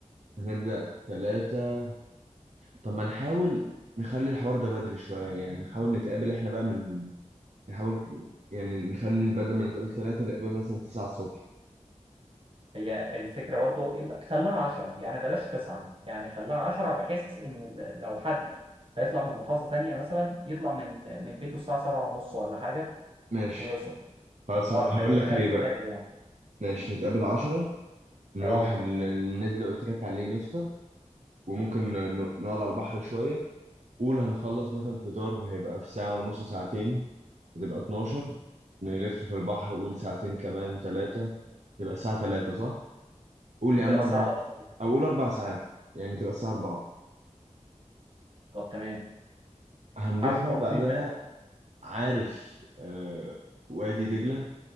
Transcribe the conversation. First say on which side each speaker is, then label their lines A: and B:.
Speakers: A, on the right (about 65°); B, on the right (about 45°).
A: هنبدا ثلاثة طب ما نحاول نخلي الحوار ده بدري شويه يعني نحاول نتقابل احنا بقى من نحاول يعني نخلي بدل ما نتقابل ثلاثة نتقابل مثلا 9 الصبح
B: هي الفكرة برضو ال- خليها عشرة يعني بلاش تسعة يعني خليها عشرة بحيث إن ال- لو حد هيطلع من محافظة تانية مثلا يطلع من من بيته الساعة سبعة ونص ولا حاجة
A: ماشي
B: ويوصل
A: خلاص
B: اه
A: ه- هقول
B: ما يبقاش
A: لك
B: خارج
A: ليه
B: الفجر
A: بقى
B: يعني
A: ماشي نتقابل 10 نروح
B: اه
A: ال- النادي اللي قلت لك عليه نفطر وممكن ن- نقعد على البحر شويه قول هنخلص مثلا فطار هيبقى في ساعة ونص ساعتين هتبقى 12 نلف في البحر قول ساعتين كمان ثلاثة تبقى الساعة 3 صح؟ قول
B: هتبقى
A: يا عم
B: الساعة
A: أربع
B: تلاتة
A: أو قول أربع ساعات يعني تبقى الساعة 4
B: طب تمام
A: هنروح
B: حابب
A: بقى
B: نروح
A: بعدها
B: فين بقى؟
A: عارف آه وادي دجلة